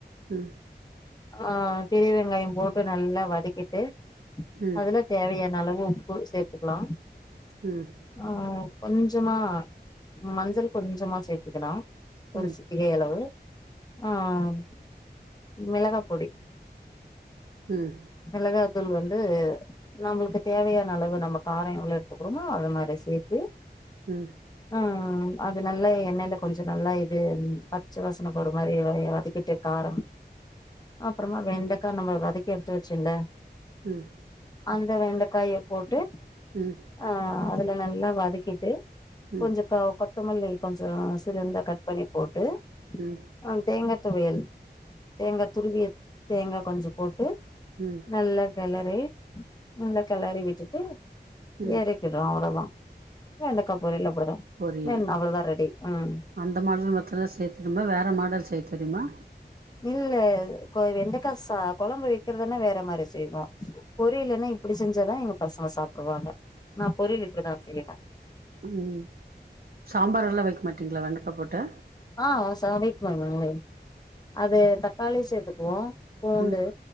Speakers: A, on the right (about 60°); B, on the left (about 20°).
A: ம்
B: ஆ பெரிய வெங்காயம் போட்டு நல்லா வதக்கிட்டு
A: ம் ம் ம்
B: அதில. தேவையான அளவு உப்பு சேத்துக்கலா
A: ம்
B: ஆ கொஞ்சமா மஞ்சள் கொஞ்சமா சேத்துக்கலா
A: ம்
B: ஒரு
A: ம்
B: சிட்டிகை அளவு ஆ ம் மெளகா பொடி
A: ம்
B: மெளகா தூள் வந்து நம்மளுக்கு தேவையான அளவு நம்ம கார எவ்ள எடுத்துக்குறமோ அது மாரி சேத்து
A: ம்
B: ஆ ம் அது நல்லா எண்ணெயில கொஞ்ச நல்லா இது பச்ச வசன போற மாரி வதக்கிட்டு காரம் அப்பறமா வெண்டக்கா நம்ம வதக்கி எடுத்து வச்சல்ல
A: ம்
B: அந்த வெண்டைக்காய போட்டு
A: ம்
B: ஆ அதுல நல்லா வதக்கிட்டு
A: ம்
B: கொஞ்ச கா கொத்தமல்லி கொஞ்ச சிறந்த கட் பண்ணி போட்டு
A: ம்
B: ஆ தேங்கா துவையல் தேங்கா துருவிய தேங்கா கொஞ்ச போட்டு
A: ம்
B: நல்ல களரி நல்ல களரிவிட்டுட்டு
A: ம்
B: எறக்கிட்றோ அவ்வளோதா வெண்டக்கா பொரியல் அப்படிதா
A: பொரியல்
B: வென் அவ்வளோதா ரெடி ம்
A: அந்த மாடல் மத்தல்லா செய்ய தெரியுமா வேறு மாடல் செய்ய தெரியுமா
B: இல்ல வெண்டக்கா சா கொழம்பு விக்கறதுனா வேற மாரி செய்வோ பொரியலுன்னா இப்டி செஞ்சாதா எங்க பசங்க சாப்டுவாங்க நா பொரியல் இப்படிதா செய்யறே
A: ம் சாம்பாரெல்லா வைக்க மாட்டீங்களா வெண்டக்கா போட்டு
B: ஆ <unintelligible> அது தக்காளி சேர்த்துக்குவோ பூண்டு
A: ம்